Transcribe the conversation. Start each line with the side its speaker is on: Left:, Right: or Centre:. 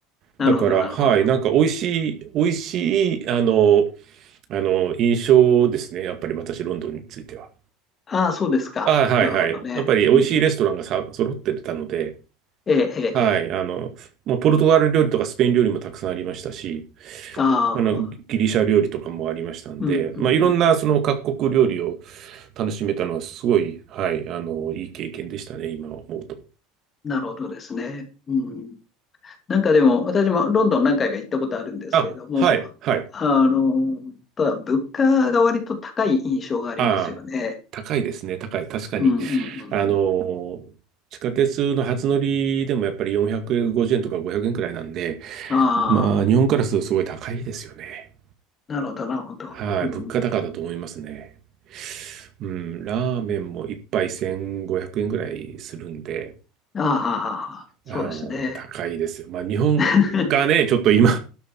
Left: なるほど、
Right: だから、
Left: なるほど。
Right: はい、なんか美味しい、美味しい、あの、あの、印象ですね。やっぱり私、ロンドンについては。
Left: ああ、そうですか。
Right: あ、はい、
Left: なるほどね。
Right: はい。やっぱり美味しいレストランがさ、
Left: うん、
Right: 揃ってたので、
Left: ええ、ええ、
Right: はい。
Left: ええ。
Right: あの、まあ、ポルトガル料理とかスペイン料理もたくさんありましたし、
Left: ああ、
Right: あの、ギリシャ料理とかもありましたんで、
Left: うん、うん、
Right: まあ、いろんなその各国料理を
Left: うん。
Right: 楽しめたのはすごい、はい、あの、いい経験でしたね、今思うと。
Left: なるほどですね。うん。なんかでも、私もロンドン何回か行ったことあるんですけれども、
Right: あ、はい、はい。
Left: あの、ただ物価が割と高い印象がありますよね。
Right: ああ、高いですね、高い。確かに。
Left: うん、うん、うん。
Right: あの、
Left: うん
Right: 地下鉄の初乗りでもやっぱり450円とか500円くえんくらいなんで、
Left: ああ、
Right: まあ、日本からするとすごい高いですよね。
Left: なるほど、なるほど。
Right: はい、
Left: うん。
Right: 物価高だと思いますね。うん、ラーメンも一杯1500円ぐらいするんで、
Left: ああ、ああああそうですね。
Right: ああ高いですよ。まあ日本がね、
Left: <laughs>
Right: ちょっと今、